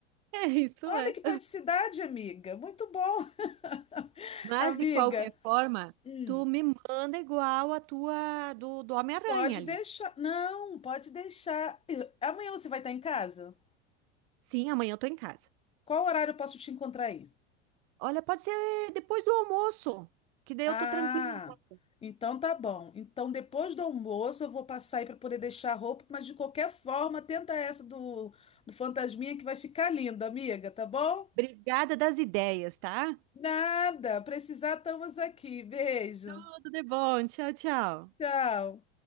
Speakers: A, on the right; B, on the left.
A: É, isso
B: Olha
A: é.
B: que praticidade, amiga. Muito bom, <laughs>
A: Mas,
B: amiga.
A: de qualquer forma,
B: Hum,
A: tu me manda igual a tua do, do Homem-Aranha
B: pode
A: ali.
B: deixar. Não, pode deixar. Eu- Amanhã você vai estar em casa?
A: Sim, amanhã eu tô em casa.
B: Qual horário eu posso te encontrar aí?
A: Olha, pode ser depois do almoço, que daí
B: Ah,
A: eu tô tranquila em casa.
B: então tá bom. Então depois do almoço eu vou passar aí para poder deixar a roupa, mas de qualquer forma, tenta essa do, do fantasminha que vai ficar linda, amiga, tá bom?
A: Obrigada das ideias, tá?
B: Nada, precisar estamos aqui. Beijo.
A: tudo de bom. Tchau, tchau.
B: Tchau.